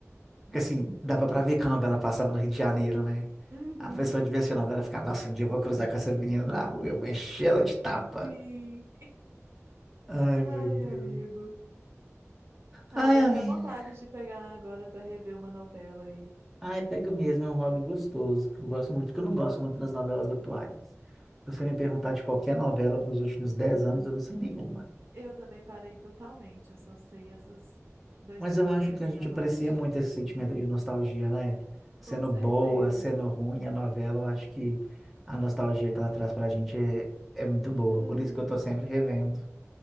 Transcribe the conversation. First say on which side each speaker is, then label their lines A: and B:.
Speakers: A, in the centre; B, on the right.
A: Porque assim, dava pra ver que a novela passava no Rio de Janeiro, né?
B: Uhum.
A: A pessoa devia assistir a novela e ficar, nossa, um dia eu vou cruzar com essa menina na rua, eu vou encher ela de tapa.
B: Sim.
A: Ai,
B: Ai,
A: meu Deus.
B: amigo. Ah,
A: Ai,
B: deu
A: amiga.
B: até vontade de pegar agora pra rever uma novela aí.
A: Ai, pega mesmo, é um hobby gostoso, que eu gosto muito, que eu não gosto muito das novelas atuais. Se você me perguntar de qualquer novela dos últimos 10 anos, eu não sei nenhuma.
B: Eu também parei totalmente, eu só sei essas 2010
A: Mas eu acho que a gente
B: pra baixo.
A: aprecia muito esse sentimento de nostalgia, né? Sendo
B: Com certeza.
A: boa, sendo ruim a novela, eu acho que a nostalgia que ela traz pra gente é, é muito boa.
B: Uhum.
A: Por isso que eu tô sempre revendo.